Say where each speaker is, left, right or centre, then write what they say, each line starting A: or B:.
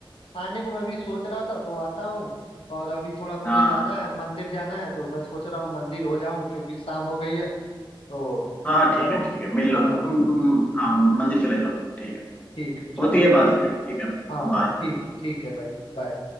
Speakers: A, on the left; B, on the left.
A: आने को मैं भी सोच रहा था तो आता हूँ और अभी थोड़ा मुझे
B: हाँ
A: जाना है मंदिर जाना है तो मैं सोच रहा हूँ मंदिर हो जाऊं क्योंकि शाम हो गई है तो
B: हाँ ठीक
A: चलो
B: है ठीक है मिल लो
A: हाँ
B: तुम हम्म, हाँ मंदिर चले जाओ फिर ठीक है
A: ठीक है चलो
B: होती है बात फिर ठीक है
A: हाँ
B: बाय
A: ठीक ठीक है भाई बाय